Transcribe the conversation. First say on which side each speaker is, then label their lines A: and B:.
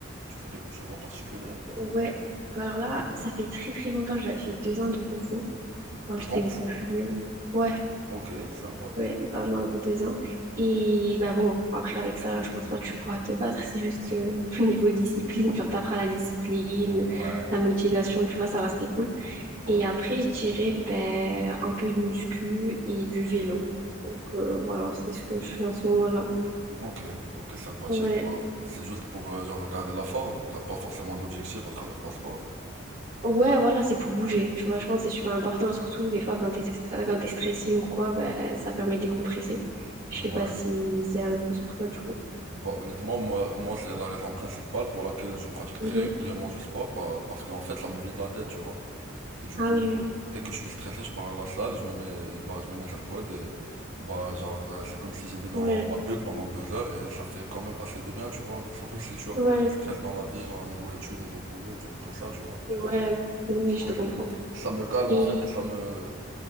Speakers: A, on the right; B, on the right.
A: Tu fais quelque chose en particulier?
B: Ouais, bah alors là, ça fait très très longtemps, j'avais fait deux ans de Kung Fu, quand
A: De
B: j'étais
A: Kung
B: beaucoup
A: Fu.
B: plus jeune. Ouais,
A: Ok, sympa.
B: ouais, pendant deux ans. Et bah bon, après, avec ça, je pense pas que tu pourras te battre, c'est juste euh, <laughs> au niveau discipline, genre t'apprends la discipline,
A: Ouais,
B: la motivation, tu vois, ça va, c'était cool.
A: ouais.
B: Et après, je dirais ben, un peu de muscu et du vélo. Donc euh, voilà, c'est ce que je fais en ce moment-là.
A: Ok, ok, sympathique.
B: Ouais.
A: Bon, C'est juste pour euh, genre, regarder la forme. T'as pas forcément d'objectif à travers ton sport.
B: Ouais, voilà, c'est pour bouger. Tu vois, je pense que c'est super important, surtout des fois quand t'es, quand t'es stressé ou quoi, ben, ça permet de décompresser. Je
A: Ouais.
B: sais pas si c'est la même chose pour toi du coup.
A: Bah, honnêtement, moi, moi c'est la raison principale pour laquelle je pratique très
B: Mhm.
A: régulièrement du sport. pa- parce qu'en fait, ça me vide la tête, tu vois. Et du
B: Ah
A: coup,
B: oui,
A: dès que je suis stressé, je pars à la salle, je me mets, bah, je me mets les AirPods et bah, genre, euh, c'est comme si j'étais dans
B: oui. Ouais,
A: ma bulle pendant deux heures et ça fait quand même assez de bien, tu vois. Surtout si tu as
B: ouais,
A: beaucoup de stress dans la vie, genre niveau études, niveau boulot, tout, tout ça, tu vois.
B: ouais. Oui,
A: Du coup,
B: je te comprends.
A: c'est, ça me calme
B: Et
A: en fait et ça me, euh,